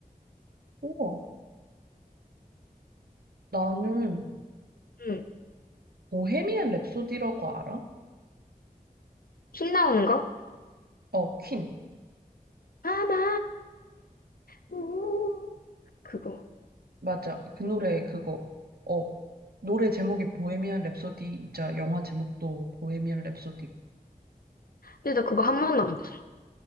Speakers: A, on the right; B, on the left.
A: 우와. 나는
B: 응.
A: 보헤미안 랩소디라고 알아?
B: 핀 나오는 거?
A: 어, 퀸.
B: 아마, 오. 그거.
A: 맞아. 그 노래 그거. 어. 노래 제목이 보헤미안 랩소디이자 영화 제목도 보헤미안 랩소디.
B: 근데 나 그거 한 번도 안 봤어.